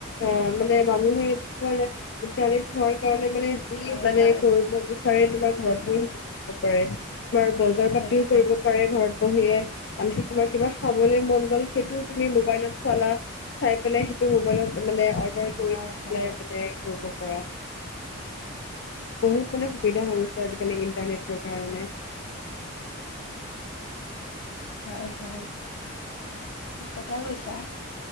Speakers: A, on the left; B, on the left.
A: অ মানে মানুহেৰ ইণ্টাৰনেট হোৱাৰ কাৰণে মানে
B: হয়
A: মানে
B: হয়
A: কৰিব বিচাৰে তোমাৰ ঘৰত ব শ পাৰে তোমাৰ বজাৰ
B: হয়
A: পাতিও
B: হয়
A: কৰিব কৰে ঘৰত বহিয়েআনকি তোমাৰ কিবা খাবলৈ মন গ'ল সেইটো তুমি মবাইলত চালা চাই পেলাই সেইটো মবাইলত মানে অৰ্ডাৰ কৰি
B: হয়
A: দি পেলাই
B: হয়
A: মানে কৰিব পৰা বহুত মানে সুবিধা হৈছে আজিকালি ইণ্টাৰনেটৰ কাৰণে
B: হয় হয় ঠিক কথাই কৈছা